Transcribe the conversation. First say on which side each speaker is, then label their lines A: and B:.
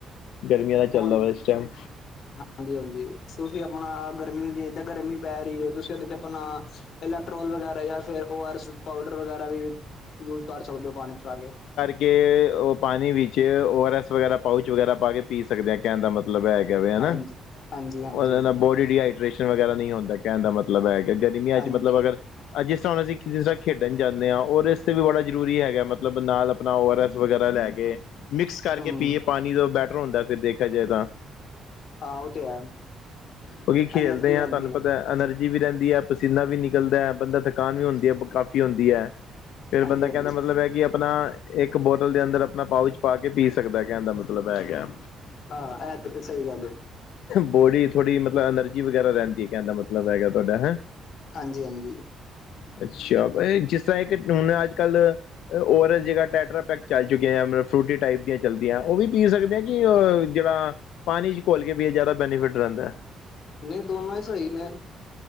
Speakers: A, on the left; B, on the left.
A: ਗਰਮੀਆਂ ਦਾ ਚੱਲਦਾ
B: ਹੁਣ
A: ਵਾ ਇਸ ਟਾਈਮ।
B: ਹਾਂਜੀ- ਹਾਂਜੀ, ਤੁਸੀਂ ਆਪਣਾ ਗਰਮੀ ਜੇ ਏਦਾਂ ਗਰਮੀ ਪੈ ਰਹੀ ਹੈ ਤੁਸੀਂ ਉਹਦੇ ਚ ਆਪਣਾ। ਇਲੈਕਟ੍ਰੋਲ ਵਗੈਰਾ ਜਾਂ ਫਿਰ ਉਹ ਓ ਆਰ ਐੱਸ ਪਾਉਡਰ ਵਗੈਰਾ ਵੀ ਯੂਜ ਕਰ ਸਕਦੇ ਹੋ ਪਾਣੀ ਚ ਪਾਕੇ।
A: ਕੇ ਉਹ ਪਾਣੀ ਵਿੱਚ ਓ ਆਰ ਐਸ ਵਗੈਰਾ ਪਾਊਚ ਵਗੈਰਾ ਪਾ ਕੇ ਪੀ ਸਕਦੇ ਆ ਕਹਿਣ ਦਾ ਮਤਲਬ। ਮਤਲਬ ਹੈ ਕੇਵੇ ਹਨਾ
B: ਹਾਂਜੀ ਹਾਂਜੀ ਹਾਂਜੀ
A: ਉਹ ਬੋਡੀ ਦੀ। ਡਿਰੈਸ਼ਨ ਵਗੈਰਾ ਨਈ ਹੁੰਦਾ, ਕਹਿਣ ਦਾ ਮਤਲਬ ਹੈ ਕਿ ਗਰਮੀਆਂ
B: ਹਾਂਜੀ
A: ਚ ਮਤਲਬ ਅਗਰ। ਅ ਜਿਸ ਤਰ੍ਹਾਂ ਹੁਣ ਅਸੀਂ ਕਿਸੇ ਤਰ੍ਹਾਂ ਖੇਡਣ ਜਾਂਦੇ ਹਾਂ, ਔਰ ਇਸ ਤੇ ਵੀ ਬੜਾ। ਜ਼ਰੂਰੀ ਹੈਗਾ ਮਤਲਬ ਨਾਲ ਆਪਣਾ ਓ ਆਰ ਐਸ ਵਗੈਰਾ ਲੈ ਕੇ। ਮਿਕਸ ਕਰਕੇ
B: ਹਮ
A: ਪੀਏ ਪਾਣੀ ਦਾ ਬੈਟਰ ਹੁੰਦਾ ਫਿਰ ਦੇਖਿਆ ਜਾਏ ਤਾਂ।
B: ਹਾਂ ਉਹ ਤੇ ਹੈ
A: ਕਿਉਂਕਿ ਖੇਲਦੇ
B: ਐਨਰਜੀ ਰਹਿੰਦੀ
A: ਹਾਂ ਤੁਹਾਨੂੰ
B: ਹੈ
A: ਪਤਾ ਐਨਰਜੀ। ਵੀ ਰਹਿੰਦੀ ਹੈ, ਪਸੀਨਾ ਵੀ ਨਿਕਲਦਾ ਹੈ, ਬੰਦਾ ਥਕਾਨ ਵੀ ਹੁੰਦੀ ਹੈ ਕਾਫ਼ੀ ਹੁੰਦੀ ਹੈ। ਫੇਰ
B: ਹਾਂਜੀ
A: ਬੰਦਾ।
B: ਹਾਂਜੀ
A: ਕਹਿਣ ਦਾ ਮਤਲਬ ਹੈ, ਕਿ ਆਪਣਾ ਇੱਕ ਬੋਤਲ ਦੇ ਅੰਦਰ ਆਪਣਾ ਪਾਓਚ ਪਾਕੇ ਪੀ ਸਕਦਾ ਕਹਿਣ ਦਾ ਮਤਲਬ ਹੈਗਾ।
B: ਹਾਂ ਐ ਤੇ ਸਹੀ ਗੱਲ ਹੈ।
A: ਬੋਡੀ ਥੋੜ੍ਹੀ ਮਤਲਬ ਐਨਰਜੀ ਵਗੈਰਾ ਰਹਿੰਦੀ ਹੈ ਕਹਿਣ ਦਾ ਮਤਲਬ ਹੈਗਾ ਤੁਹਾਡਾ ਹੇਂ।
B: ਹਾਂਜੀ- ਹਾਂਜੀ।
A: ਅੱਛਾ ਜਿਸ ਤਰ੍ਹਾਂ ਏਕ ਹੁਣ ਅੱਜ ਕੱਲ੍ਹ ਓ ਆਰ ਐਸ ਦੀ ਜਗ੍ਹਾ ਟੈਟਰਾ ਪੈਕ। ਚੱਲ ਚੁੱਕੀਆਂ ਮਤਲਬ ਫਰੂਟੀ ਟਾਈਪ ਦੀਆਂ ਚੱਲਦੀਆਂ, ਉਹ ਵੀ ਪੀ ਸਕਦੇ ਹਾ, ਕਿ ਜਿਹੜਾ। ਪਾਣੀ ਚ ਘੁਲ ਕੇ ਵੀ ਇਹ ਜ਼ਿਆਦਾ ਬੈਨੀਫਿਟ ਰਹਿੰਦਾ।
B: ਨਈ ਦੋਨੋ ਹੀ ਸਹੀ ਨੇੈ।